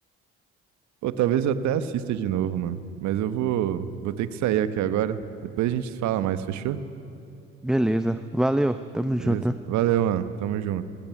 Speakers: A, on the right; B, in the centre.
A: Ou talvez eu até assista de novo, mano. Mas eu vou, vou ter que sair aqui agora. Depois a gente fala mais, fechou?
B: Beleza. Valeu. Tamo
A: Beleza?
B: junto.
A: Valeu, mano. Tamo junto.